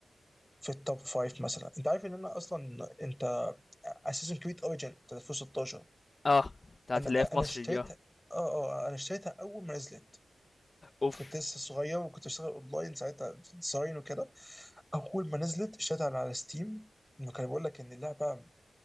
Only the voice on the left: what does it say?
آه، بتاعة
اللي هي في
مصر
دي آه،
أوف!